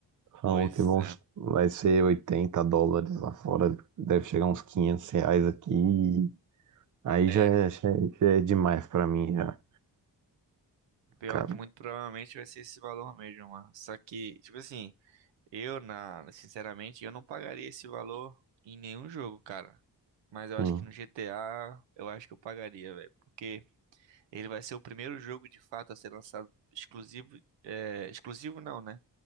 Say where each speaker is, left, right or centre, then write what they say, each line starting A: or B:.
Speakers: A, on the right (about 45°); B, on the right (about 85°).
A: Falam
B: Pois
A: que vão,
B: é.
A: vai ser 80 dólares lá fora, deve chegar uns 500 reais aqui. Aí
B: É,
A: já é, já é, já é demais pra mim, já,
B: pior
A: cara.
B: que muito provavelmente vai ser esse valor mesmo, mano. Só que, tipo assim, Eu, na, sinceramente, eu não pagaria esse valor em nenhum jogo, cara. Mas eu
A: Sim,
B: acho que no GTA, eu acho que eu pagaria, velho. Porque ele vai ser o primeiro jogo de fato a ser lançado exclusivo. É, exclusivo não, né?